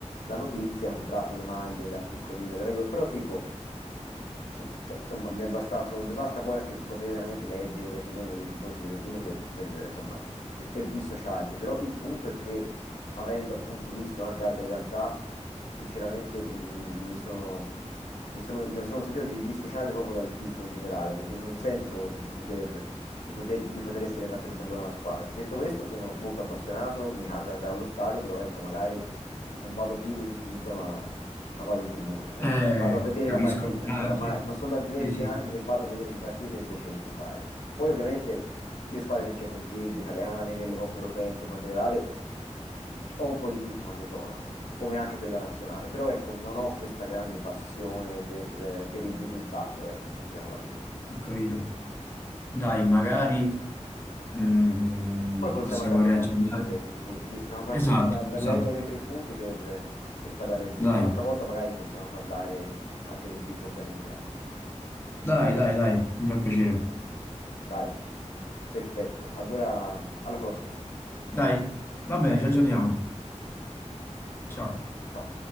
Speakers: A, on the left; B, on the left.
A: la notizia, ha comprato le maglie da piccolino della Juve, però tipo, s- cioè, insomma, mi è bastato, mi basta poi anche quotidianamente leggere le opinioni dei tifosi juventini per, per, insomma, per, per dissociarmi, però il punto è che avendo appunto visto anche altre realtà, sinceramente mi, mi- mi sono... Mi sono, me ne sono sentito di dissociarmi proprio dal tifo in generale, perché non sento di poter, di poter, di poter essere rappresentato da una squadra. Detto questo, sono molto appassionato, mi capita di andare allo stadio, però ecco, magari non vado più in curva, ma, ma vado in tribuna, ecco.
B: Eh,
A: Vado a vedere
B: capisco.
A: la partita,
B: Ah,
A: oramai,
B: sì,
A: ma sono da diversi
B: sì, sì,
A: anni che vado a vedere le partite invece che tifare. Poi ovviamente le squadre in Champions League italiane, nelle coppe europee, insomma in generale c- c- ho un po' di tifo quando giocano, come anche per la nazionale, però ecco, non ho questa grande passione per, eh, per il risultato, ecco, mettiamola così.
B: ho capito. Dai, magari. Mm,
A: Poi
B: ci
A: possiamo
B: possiamo
A: anche approfondirlo
B: riaggiornare.
A: questo, sì, visto, siamo partiti
B: Esatto,
A: dal- dalla
B: esatto.
A: regola dei tre punti per, per parlare del tifo.
B: Dai,
A: Un'altra volta magari possiamo parlare anche del tifo organizzato.
B: dai, dai, dai, mi fa piacere.
A: Dai, perfetto. Allora, alla prossima.
B: Dai, va bene, ci aggiorniamo. Ciao.
A: Ciao.